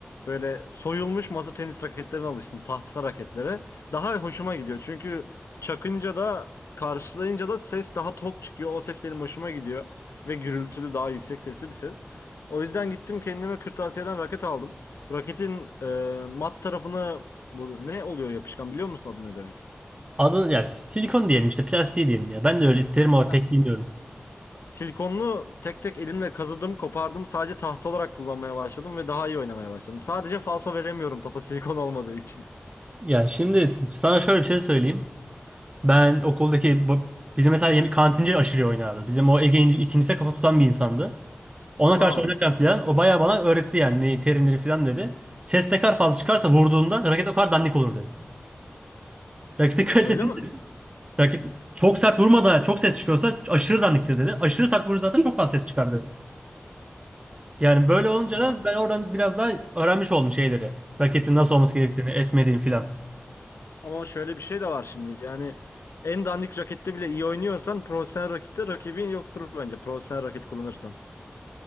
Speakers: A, on the left; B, on the right.
A: Böyle soyulmuş masa tenis raketlerine alıştım. Tahta raketlere. Daha hoşuma gidiyor. Çünkü çakınca da karşılayınca da ses daha tok çıkıyor. O ses benim hoşuma gidiyor. Ve gürültülü daha yüksek sesli bir ses. O yüzden gittim kendime kırtasiyeden raket aldım. Raketin e, mat tarafını bu ne oluyor yapışkan biliyor musun adı ne demek?
B: Adını ya silikon diyelim işte plastiği diyelim ya. Ben de öyle isterim ama pek
A: Heh,
B: bilmiyorum.
A: Silikonlu tek tek elimle kazıdım, kopardım. Sadece tahta olarak kullanmaya başladım ve daha iyi oynamaya başladım. Sadece falso veremiyorum topa silikon olmadığı için.
B: Ya şimdi sana şöyle bir şey söyleyeyim. Ben okuldaki bu- bizim mesela yeni kantinci aşırı oynardı. Bizim o Ege İnci- ikincisine kafa tutan bir insandı. Ona
A: Aa,
B: karşı oynarken filan o bayağı bana öğretti yani ne terimleri filan dedi. Ses ne kadar fazla çıkarsa vurduğunda raket o kadar dandik olur dedi. Raketin kalitesi
A: öyle mi?
B: <laughs> ses. Raket çok sert vurmadan çok ses çıkıyorsa aşırı dandiktir dedi. Aşırı sert vurunca zaten çok fazla ses çıkar dedi. Yani böyle olunca
A: Allah
B: da
A: Allah.
B: ben oradan biraz daha öğrenmiş oldum şeyleri. Raketin nasıl olması gerektiğini, etmediğini filan.
A: Ama şöyle bir şey de var şimdi. Yani en dandik rakette bile iyi oynuyorsan profesyonel rakipte rakibin yoktur bence. Profesyonel raket kullanırsan.